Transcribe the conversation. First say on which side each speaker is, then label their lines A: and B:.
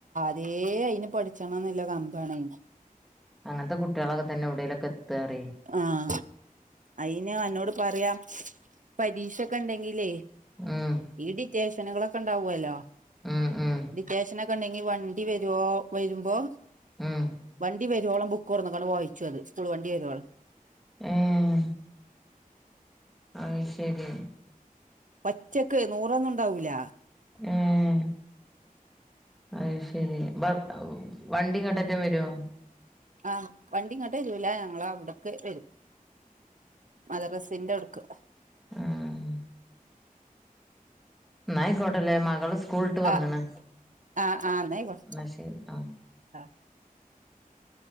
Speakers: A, on the right (about 60°); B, in the centre.
A: തേ അയിന് പഠിച്ചണംന്നല്ല കമ്പാണ് ന്
B: അങ്ങനത്തെ കുട്ടികളൊക്കെ തന്നെ എവിടേലൊക്കെ എത്താറേ
A: ആഹ് അയിന് അന്നോട് പറയാം പരീക്ഷൊക്കെ ഉണ്ടെങ്കിലേ
B: ഉം
A: ഈ ഡിറ്റേഷനുകളൊക്കെ ഉണ്ടാവല്ലോ
B: ഉം ഉം
A: ഡിറ്റേഷ <unintelligible> വണ്ടി വരോ വരുമ്പോ
B: ഉം
A: വ <unintelligible> വരുവോള ബുക്ക് കുറന്നക്കാണ് വായിച്ചത് സ്കൂൾ വണ്ടി വരുളം
B: ഏയ് അയ് ശരി
A: പച്ചക്ക് നൂറൊന്നും ഉണ്ടാവൂല
B: ഏയ് അയ് ശരിപ്പ വണ്ടിങ്ങട്ടട്ടം വരുവോ
A: ആഹ് വണ്ടിങ്ങോട്ട് വരുല ഞങ്ങ അവിടക്ക വരും മദറസിന്റെ അവി ക്ക്
B: ഉം നായി കോട്ടല്ലേ മകള് സ്കൂളട്ട് വന്നണ്
A: ആഹ് ആഹ് ആഹ് ആയിക്കോട്ടെ
B: എന്നാ ശരി ആഹ്
A: ആ